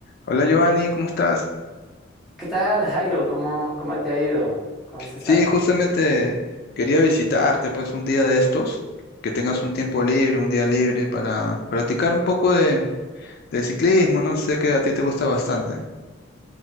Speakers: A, on the left; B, in the centre.
A: Hola Giovanni, ¿cómo estás?
B: ¿Qué tal, Jairo? ¿Cómo, cómo te ha ido? ¿Cómo has estado?
A: Sí, justamente quería visitarte pues un día de estos, que tengas un tiempo libre, un día libre para practicar un poco de, de ciclismo, no sé que a ti te gusta bastante.